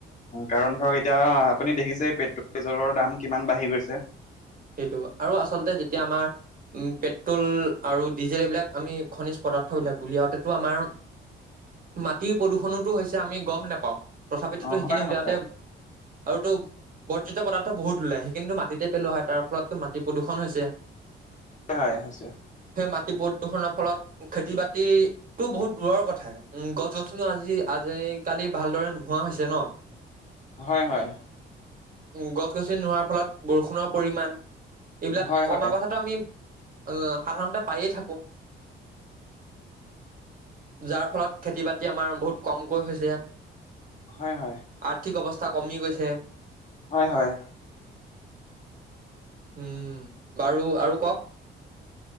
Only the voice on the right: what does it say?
সেইটো, আৰু আচলতে যেতিয়া আমাৰ উম পেট্ৰল আৰু ডিজেল এইবিলাক আমি খনিজ পদাৰ্থ বিলাক উলিয়াওঁতেতো আমাৰ মাটিৰ প্ৰদূষণটো হৈছে, আমি গম নেপাওঁ। তথাপিতোতো
সেইখিনি
উলাওঁতে,
আৰু তোৰ বৰ্জিত পদাৰ্থ বহুত ওলাই, সেইখিনিতো মাটিতে পেলোৱা হয়। তাৰ ফলতো মাটি প্ৰদূ্ষণ হৈছে।
সেই মাটি প্ৰদূষণৰ ফলত খেতি বাতিটো বহুত দূৰৰ কথা, উম গছ গছনিও আজি আজিকালি ভালদৰে ন নোহোৱা হৈছে ন।
উ গছ গছনি নোহোৱাৰ ফলত বৰষুণৰ পৰিমান, এইবিলাক
কমা কথাটো আমি, অ সাধাৰণতে পায়ে থাক অ যাৰ ফলত খেতি বাতি আমাৰ বহুত কমকৈ হৈছে।
আৰ্থিক অৱস্থা কমি গৈছে।
উম বাৰু আৰু কওক।